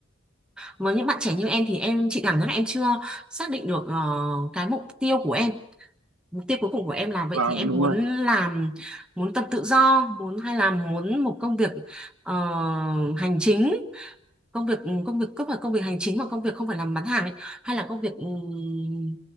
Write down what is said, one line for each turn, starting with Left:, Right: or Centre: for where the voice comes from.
Centre: với những bạn trẻ như em thì em chị cảm giác là em chưa xác định được ờ, cái mục tiêu của em mục tiêu cuối cùng của em là vậy
Right: vâng,
Centre: thì em
Right: đúng
Centre: muốn
Right: rồi
Centre: làm muốn tập tự do muốn hay là muốn một công việc ờ, hành chính công việc công việc không phải công việc hành chính mà công việc không phải làm bán hàng ấy, hay là công việc ừm,